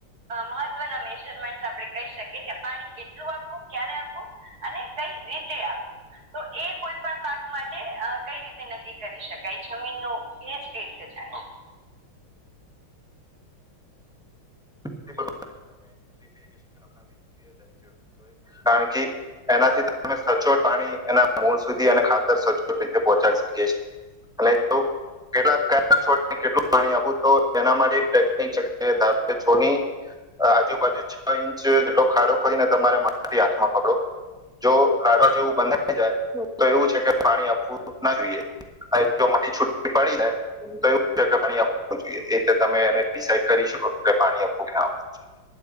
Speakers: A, on the right; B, in the centre.
A: મહત્વના મેજરમેન્ટ આપણે કહી શકીએ કે પાણી કેટલા શું આપવું ક્યારે આપવું અને કઈ રીતે આપવું. તો એ કોઈ પણ પાક માટે કઈ રીતે નક્કી કરી શકાય જમીન ન ભેજ કઈ રીતે હ
B: <unintelligible> કારણ કે એનાથી તમે સચોટ પાણી એના મૂળ સુધી અને ખાતર સચોટ રીતે પહોંચાડી શકીએ છીએ અને કેટ છ કેટલું પાણી આપું તો એના માટે <unintelligible> કે છોની આજુબાજુ છ ઇંચ જેટલો ખાડો ખોરીને તમારે માટી હાથમાં પકડો. જો લાડવા જેવું બંધઈ જાય તો એવું છે કે પાણી આપવું ના જોઈએ. જો મારી છુી પડી જાય તો એ કેવું જોઈએ એ રીતે તમે એને ડિસાઈડ કરી શકો છો. પાણી આપવું કે ના આપવું જોઈએ.